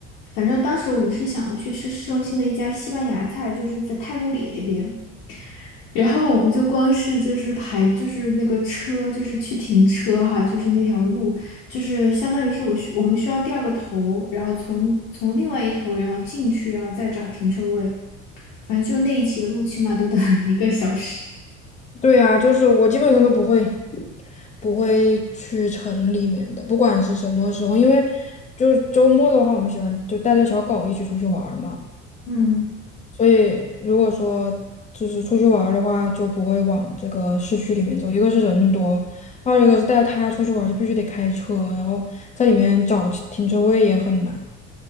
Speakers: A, on the left; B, on the left.
A: 反正当时我们是想要去吃市中心的一家西班牙菜，就是在太古里那边。然后我们就光是就是排就是那个车就是去停车哈，就是那条路，就是相当于是我需我们需要掉个头，然后从从另外一头然后进去，然后再找停车位。反正就那一节路，起码都等了一个小时。
B: 对啊，就是我基本上都不会不会去城里面的，不管是什么时候，因为就是周末的话，我们喜欢就带着小狗一起出去玩儿嘛。
A: 嗯
B: 所以如果说就是出去玩儿的话，就不会往这个市区里面走，一个是人多，二一个是带他出去玩儿就必须得开车，然后在里面找停车位也很难